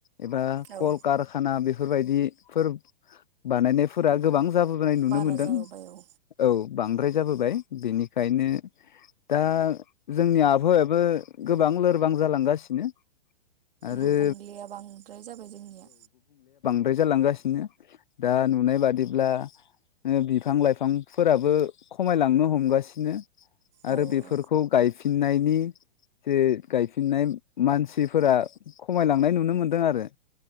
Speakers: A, on the left; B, on the right.
A: एबा
B: औ
A: कलकारखाना बे बेफोरबायदिफोर बानायनायफोरा गोबां जाबोनाय नुनो
B: बारा
A: मोनदों
B: जाबोबाय औ
A: औ। बांद्राय जाबोबाय बेनिखायनो दा जोंनि आबहावायाबो गोबां लोरबां जालांगासिनो। आरो
B: गुबुंलेया बांद्राय जाबाय जोंनिया।
A: द्राय जालांगासिनो दा नुनाय बादिब्ला बिफां लाइफांफोराबो खमायलांनो हमगासिनो। आरो
B: औ
A: बेफोरखौ
B: औ
A: गायफि फिननायनि जे गायफिननाय मानसिफोरा खमायलांनाय नुनो मोनदों आरो।